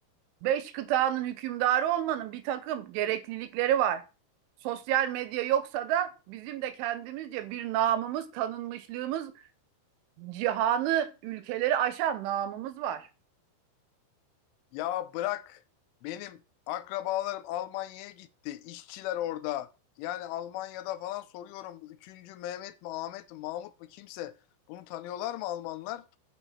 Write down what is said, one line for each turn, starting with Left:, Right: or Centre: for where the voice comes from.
Right: beş kıtanın hükümdarı olmanın bir takım gereklilikleri var. Sosyal medya yoksa da bizim de kendimizce bir namımız, tanınmışlığımız, cihanı, ülkeleri aşan namımız var.
Left: Ya bırak benim akrabalarım Almanya'ya gitti. İşçiler orada. Yani Almanya'da falan soruyorum. bu Üçüncü Mehmet mi Ahmet mi Mahmut mu kimse. Bunu tanıyorlar mı Almanlar?